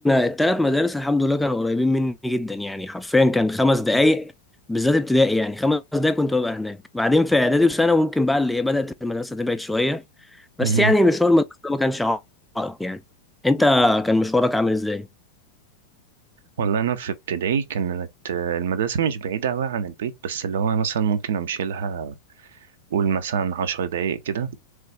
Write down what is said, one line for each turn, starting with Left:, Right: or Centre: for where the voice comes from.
Centre: التلات مدارس الحمد لله كانوا قريبين مني جدا يعني حرفيا كان خمس دقايق بالذات ابتدائي يعني خمس دقايق كنت ببقى هناك بعدين في إعدادي وثانوي ممكن بقى اللي إيه بدأت المدرسة تبعد شوية بس
Right: مهم.
Centre: يعني مشوار المدرسة ده ما كانش عائق يعني أنت كان مشوارك عامل إزاي؟
Right: والله انا في ابتدائي كانت المدرسة مش بعيدة اوي عن البيت بس اللي هو مثلا ممكن امشي لها قول مثلا عشر دقايق كده